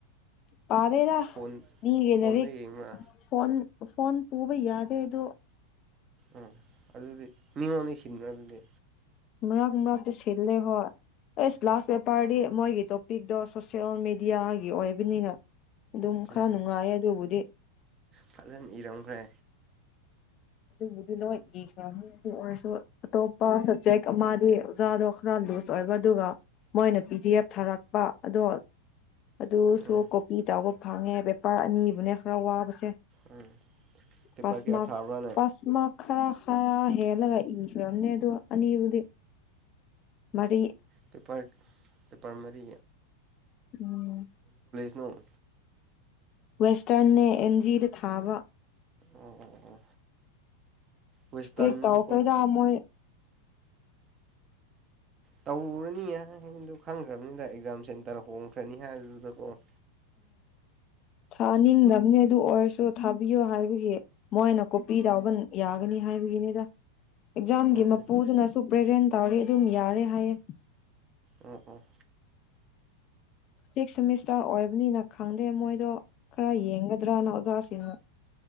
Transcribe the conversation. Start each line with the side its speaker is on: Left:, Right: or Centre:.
Left: ꯄꯔꯦꯔ
Right: ꯐꯣꯟ
Left: ꯅꯒ
Right: ꯐꯣꯟꯗ
Left: ꯅꯔꯤ
Right: ꯌꯦꯡꯕ꯭ꯔꯥ
Left: ꯐꯣꯟꯣꯟ ꯐꯣꯟ ꯄꯕ ꯌꯥꯗꯦꯗꯣ
Right: ꯑ ꯑꯗꯨꯗꯤ ꯃꯤ ꯃꯉꯣꯟꯗ ꯁꯤꯟꯗ꯭ꯔ ꯑꯗꯨꯗꯤ
Left: ꯃꯔꯛ ꯃꯣꯔꯛꯇ ꯁꯤꯜ ꯂꯩ ꯍ ꯑꯦꯁ ꯂꯥꯁ ꯦꯄꯔꯗꯤ ꯃꯣꯏꯒꯤꯣ ꯄꯄꯤꯛꯇꯣ ꯁꯣꯁꯦꯜ ꯃꯦꯗꯤꯌꯥꯒꯤ ꯑꯣꯏꯕꯅꯤꯅ ꯑꯗꯨꯝ
Right: ꯎꯝ
Left: ꯈꯔ ꯅꯨꯡꯉꯥꯏꯌꯦ ꯑꯗꯨꯕꯨꯗꯤ
Right: ꯐꯖꯅ ꯏꯔꯝꯈ꯭ꯔꯦ
Left: ꯑꯕꯨꯗꯨ ꯂ ꯈ ꯑꯗꯨ ꯑꯣꯏꯔꯁꯨ ꯑꯇꯣꯞꯄ ꯁꯕꯖꯦꯛ ꯑꯃꯗꯤ ꯑꯣꯖꯥꯗꯣ ꯈꯔ ꯂꯨꯖ ꯑꯣꯏꯕ ꯑꯗꯨꯒ ꯃꯣꯏꯅ ꯄꯤ ꯗꯤ ꯑꯦꯐ ꯊꯥꯔꯛꯄ ꯑꯗꯣ ꯑꯗꯨ
Right: ꯎꯝ
Left: ꯁꯣ ꯀꯣꯕꯤ ꯇꯥꯕ ꯐꯪꯉꯦ ꯄꯦꯄꯔ ꯑꯅꯤꯕꯨꯅꯦ ꯈꯔ ꯋꯥꯕꯁꯦ
Right: ꯎꯝ ꯄꯦꯄꯔ
Left: ꯄ
Right: ꯀꯌꯥ
Left: ꯃꯥ
Right: ꯊꯥꯕ꯭ꯔꯥꯅꯦ
Left: ꯄꯥꯁꯃꯔ ꯈꯔ ꯍꯦꯜꯂꯒ ꯏꯈꯨꯔꯝꯅꯦ ꯑꯗꯣ ꯑꯅꯤꯕꯨꯗꯤ ꯃꯔꯤ
Right: ꯄꯦꯄꯔ ꯄꯦꯄꯔ ꯃꯔꯤ
Left: ꯎꯝ
Right: ꯣ <unintelligible>
Left: ꯋꯦꯁꯇꯔꯟꯦ ꯑꯦꯟꯖꯤꯗ ꯊꯥꯕ
Right: ꯑꯣ ꯋꯦꯁꯇꯔꯟ
Left: ꯏꯁꯇꯦ ꯇ ꯐꯔꯦꯗꯃꯣꯏ
Right: ꯇꯕꯨꯔꯅꯤꯌꯦ ꯗꯣ ꯈꯪꯈ꯭ꯔꯕꯅꯤꯅꯗ ꯑꯦꯛꯖꯥꯝ ꯀꯈ꯭ꯔꯅꯤ ꯍꯥꯏ ꯑꯗꯨꯗꯀꯣ
Left: ꯊꯥꯅꯤꯡꯗꯕꯅꯤ ꯑꯗꯨ ꯑꯣꯏꯔꯁꯨ ꯊꯥꯕꯤꯌꯣ ꯍꯥꯏꯕꯒꯤ ꯃꯣꯏꯅ ꯀꯣꯄꯤ ꯌꯥꯎꯕ ꯌꯥꯒꯅꯤ ꯍꯥꯏꯕꯒꯤꯅꯤꯗ ꯑꯦꯛꯖꯥꯝꯒꯤ
Right: ꯑꯣ
Left: ꯃꯄꯨꯗꯨꯅꯁꯨ
Right: ꯑꯣ
Left: ꯄ꯭ꯔꯖꯦꯟ ꯇꯧꯔꯤ ꯑꯗꯨꯝ ꯌꯥꯔꯦ ꯍꯥꯏꯌꯦꯦ
Right: ꯑꯣ ꯑꯣ
Left: ꯁꯤꯛꯁ ꯁꯦꯃꯤꯁꯇꯔ ꯑꯣꯏꯕꯅꯤꯅ ꯈꯪꯗꯦ ꯃꯣꯏꯗꯣ ꯈꯔ ꯌꯦꯡꯒꯗ꯭ꯔꯥꯅ ꯑꯣꯖꯥꯁꯤꯅ